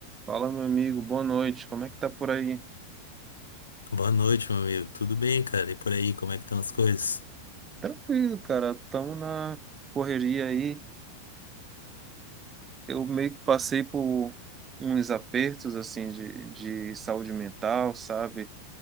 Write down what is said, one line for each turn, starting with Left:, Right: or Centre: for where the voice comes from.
Right: Fala, meu amigo, boa noite. Como é que tá por aí?
Left: Boa noite, meu amigo. Tudo bem, cara? E por aí, como é que estão as coisas?
Right: Tranquilo, cara. Tamo na correria aí. Eu meio que passei por uns apertos assim de, de saúde mental, sabe?